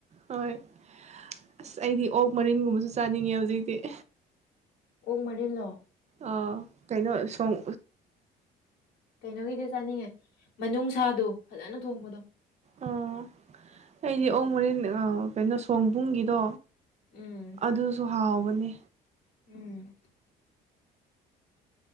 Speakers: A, on the right; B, on the left.
A: ꯍꯣꯏ ꯑꯁ ꯑꯩꯗꯤ ꯑꯣꯛ ꯃꯔꯤꯟꯒꯨꯝꯕꯁꯨ ꯆꯥꯅꯤꯡꯉꯦ ꯍꯧꯖꯤꯛꯇꯤ꯫
B: ꯑꯣꯛ ꯃꯔꯤꯜꯂꯣ꯫
A: ꯑꯥ ꯀꯩꯅꯣ ꯁꯣꯡ꯫
B: ꯀꯩꯅꯣꯒꯤꯗꯨ ꯆꯥꯅꯤꯡꯉꯦ ꯃꯅꯨꯡꯁꯥꯗꯣ ꯐꯖꯅ ꯊꯣꯡꯕꯗꯣ꯫
A: ꯑꯣ ꯑꯩꯗꯤ ꯑꯣꯛ ꯃꯔꯤꯟ ꯀꯩꯅꯣ ꯁꯧꯑꯣꯡꯕꯨꯡꯒꯤꯗꯣ꯫
B: ꯎꯝ
A: ꯑꯗꯨꯁꯨ ꯍꯥꯎꯕꯅꯦ꯫
B: ꯎꯝ꯫